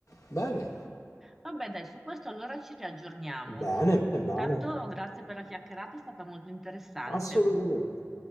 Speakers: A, on the left; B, in the centre.
A: Bene,
B: Vabbè, dai, su questo allora ci riaggiorniamo.
A: bene, bene.
B: Intanto grazie per la chiacchierata, è stata molto interessante.
A: Assolutamente.